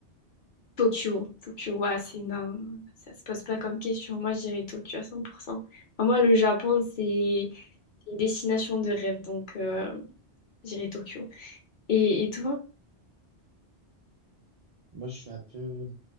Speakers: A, on the left; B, on the right.
A: Tokyo, Tokyo, ouais, c'est non, ça se pose pas comme question. Moi, je dirais Tokyo à cent pour cent Enfin, moi, le Japon, c'est c'est une destination de rêve, donc euh, je dirais Tokyo. Et, et toi?
B: Moi, je suis un peu. Moi,